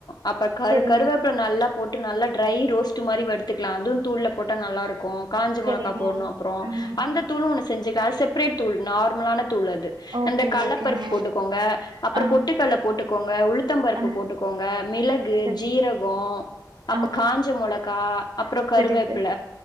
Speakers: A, on the left; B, on the right.
A: அப்பற் கரு
B: சரி
A: கருவேப்பில நல்லா போட்டு நல்லா ட்ரை ரோஸ்ட்டு மாரி வறுத்துக்கலா அதுவு தூள்ல போட்டா நல்லாருக்கு காஞ்ச
B: சரிங்க
A: மொளகா போட்ணு அப்றோ
B: ம்
A: அந்த தூளு ஒன்னு செஞ்சுருக்க அது செப்ரேட் தூள் நார்மலான தூள் அது
B: ஓகே
A: அந்த கல்லப்பருப்பு
B: ஓகேங்க
A: போட்டுக்கோங்க அப்பற
B: ஆ
A: பொட்டுக்கட் ல போட்டுக்கோங்க உளுத்தம் பருப்பு
B: ஆ
A: போட்டுக்கோங்க மிளகு
B: சரி
A: ஜீரகோ அப்ப
B: ஆ
A: காஞ்ச மொளகா அப்றோ கருவேப்பில
B: சரி சார்